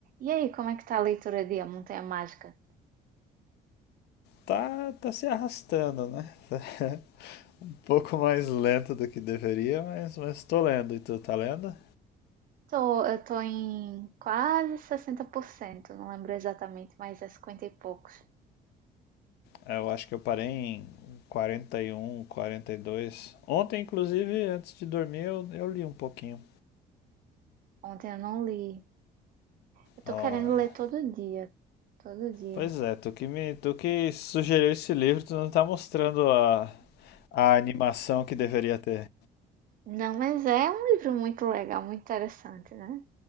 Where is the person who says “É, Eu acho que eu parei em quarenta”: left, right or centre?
Left